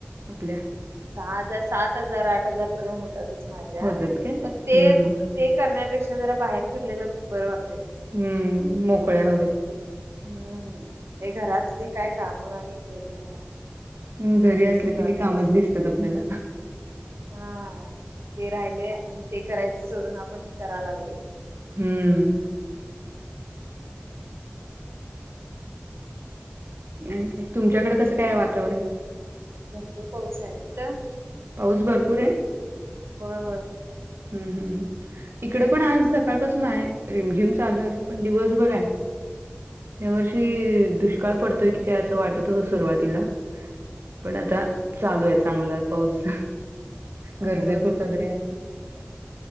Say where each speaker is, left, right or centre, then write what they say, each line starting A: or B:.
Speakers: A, on the right (about 65°); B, on the right (about 85°).
A: आपल्या.
B: दहा हजार, सात हजार, आठ हजार पर्यंत होतातच माझ्या
A: होतात काय?
B: पण ते.
A: हम्म.
B: ते करण्यापेक्षा जरा बाहेर फिरलेलं बरं वाटतं.
A: हम्म मोकळ्या हवे.
B: हम्म हे घरातली काय कामं आणि फिरणं
A: अ
B: एकूण
A: घरी
B: एकच
A: असलं
B: वाटतेस
A: कि ते कामच दिसतात. आपल्याला
B: हा. ते राहिले आणि सोडून आपण हे करा लागले.
A: हम्म.
B: हम्.
A: आण काय, तुमच्याकडे कसं काय आहे? वातावरण
B: भरपूर पाऊस आहे ती थ
A: पाऊस भरपूर आहे?
B: हो हो.
A: हम् हम्मम् इकडे पण आज सकाळपासून आहे रिमझिम चालू आहे पण दिवसभर आहे. यावर्षी दुष्काळ पडतोय की काय? असं वाटत होत सुरुवातीला. पण आता चालू आहे. चांगला पाऊस गरजे
B: होय
A: पुुरता
B: भरपूर
A: तरी आहे.